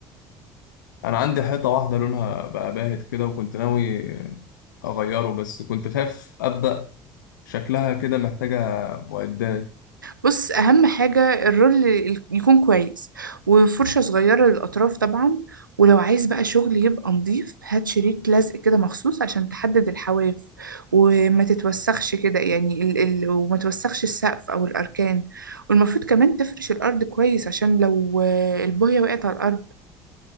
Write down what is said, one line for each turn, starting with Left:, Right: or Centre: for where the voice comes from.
Left: انا عندي حيطه واحده لونها بقى باهت كده وكنت ناوي اغيره بس كنت خايف ابدا شكلها كده محتاجة معدات
Right: بص اهم حاجه الرول ال- يكون كويس وفرشه صغيره للاطراف طبعا ولو عايز بقى شغل يبقى نظيف هات شريط لزق كده مخصوص عشان تحدد الحواف وما تتوسخش كده يعني ال ال وما توسخش السقف او الاركان والمفروض كمان تفرش الارض كويس عشان لو آه، البويه وقعت على الارض